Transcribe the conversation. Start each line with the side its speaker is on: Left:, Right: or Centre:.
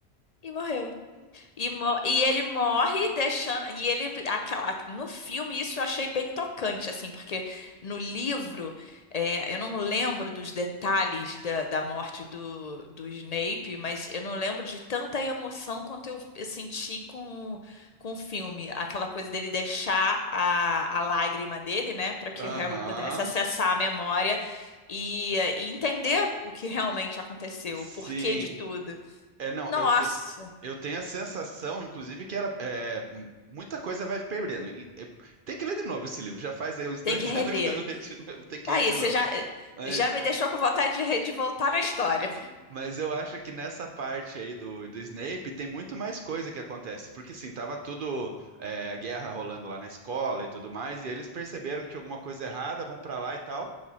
Left: E morreu. E, mo- e ele morre deixando. E ele. Aquela, no filme, isso eu achei bem tocante, assim, porque no livro, é, eu não lembro dos detalhes da, da morte do, do Snape, mas eu não lembro de tanta emoção quanto eu, eu senti com, com o filme. Aquela coisa dele deixar a, a lágrima dele, né, para que
Right: Aham.
Left: o Harry pudesse acessar a memória e, e entender o que realmente aconteceu,
Right: Sim.
Left: o porquê de tudo.
Right: É, não,
Left: Nossa,
Right: eu, te- eu tenho a sensação, inclusive, que era é, muita coisa vai perdendo. E- e- Tem que ler de novo esse livro. Já faz aí uns dois
Left: tem que reler.
Right: <laughs> anos que eu leio de novo. Tem que
Left: Tá
Right: ler
Left: aí,
Right: de
Left: você
Right: novo.
Left: já,
Right: Mas,
Left: já me deixou com vontade de, re- de voltar na história.
Right: mas eu acho que nessa parte aí do, do Snape tem muito mais coisa que acontece. Porque sim, tava tudo é, a guerra rolando lá na escola e tudo mais, e eles perceberam que tinha alguma coisa errada, vão pra lá e tal.